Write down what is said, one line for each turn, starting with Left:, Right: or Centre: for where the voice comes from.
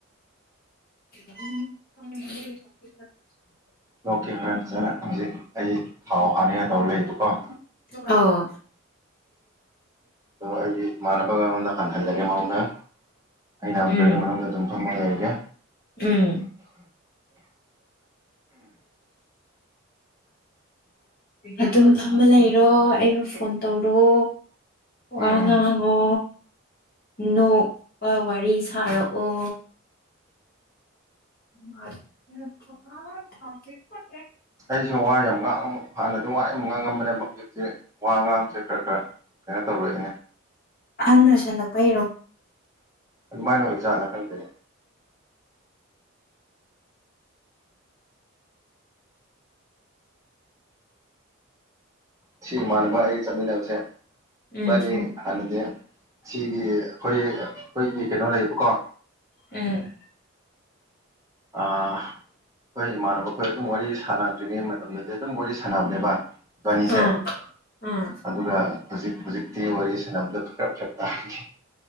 Left: <unintelligible>
Right: ꯑꯣꯀꯦ ꯍꯣꯔꯦꯟ ꯐꯖꯅ ꯍꯧꯖꯤꯛ ꯑꯩ ꯊꯥꯎ ꯍꯥꯟꯅꯉꯥꯢ ꯇꯧꯔ ꯂꯩꯌꯦꯕꯀꯣ
Left: ꯑꯧ
Right: ꯑꯗꯣ ꯑꯩꯒꯤ ꯏꯃꯥꯟꯅꯕꯒ ꯑꯩꯉꯣꯟꯗ ꯍꯪꯍꯜꯂꯒꯦ ꯃꯉꯣꯟꯅ ꯑꯩꯅ
Left: ꯎꯝ
Right: ꯒꯔꯤꯒꯤ ꯃꯅꯨꯡꯗ ꯑꯗꯨꯝ ꯐꯝꯃꯒ ꯂꯩꯔꯒꯦ
Left: ꯎꯝ ꯑꯗꯨꯝ ꯐꯃ ꯂꯩꯔꯣ ꯑꯩꯕꯨ ꯐꯣꯟ ꯇꯧꯔꯣ ꯋꯥ
Right: ꯎꯝ
Left: ꯉꯥꯡꯉꯣ ꯅꯣꯛꯄ ꯋꯥꯔꯤ ꯁꯥꯔꯛꯑꯣ <unintelligible>
Right: ꯑꯩꯁꯨ ꯋꯥ ꯌꯥꯝ ꯉꯥꯡ ꯍꯥꯟꯅꯗꯤ ꯋꯥ ꯌꯥꯝ ꯉꯥꯡꯉꯝꯕꯅꯦꯕ ꯍꯧꯖꯤꯛꯇꯤ ꯋꯥ ꯉꯥꯡꯕꯁꯦ ꯈꯔ ꯈꯔ ꯀꯩꯅꯣ ꯇꯧꯔꯛꯑꯦꯅꯦ
Left: ꯑꯍꯟ ꯑꯣꯏꯁꯜꯂꯛꯄꯩꯔꯣ
Right: ꯑꯗꯨꯃꯥꯏꯅ ꯑꯣꯏ ꯖꯥꯠꯂꯥ ꯈꯪꯗꯦꯅꯦ ꯁꯤ ꯏꯃꯥꯟꯅꯕ ꯑꯩꯒ ꯆꯠꯃꯤꯟꯅꯕꯁꯦ
Left: ꯎꯝ
Right: ꯢꯕꯅꯤ ꯍꯥꯅꯗꯤ ꯁꯤꯒꯤ ꯑꯩꯈꯣꯏ ꯑꯩꯈꯣꯏꯒꯤ ꯀꯩꯅꯣ ꯂꯩꯌꯦꯕꯀꯣ
Left: ꯎꯝ
Right: ꯑꯥ ꯑꯩꯈꯣꯏ ꯏꯃꯥꯟꯅꯕꯈꯣꯏ ꯑꯗꯨꯝ ꯋꯥꯔꯤ ꯁꯥꯟꯅꯗ꯭ꯔꯤꯉꯩ ꯃꯇꯝꯗꯗꯤ ꯑꯗꯨꯝ ꯋꯥꯔꯤ ꯁꯥꯟꯅꯕꯅꯦꯕ ꯏꯕꯥꯅꯤꯁꯦ
Left: ꯎꯝ ꯎꯝ
Right: ꯑꯗꯨꯒ ꯍꯧꯖꯤꯛ ꯍꯧꯖꯤꯛꯇꯤ ꯋꯥꯔꯤ ꯁꯥꯟꯅꯕꯗ ꯈꯥꯔ ꯐ꯭ꯔꯥꯛ ꯇꯥꯔꯅꯤ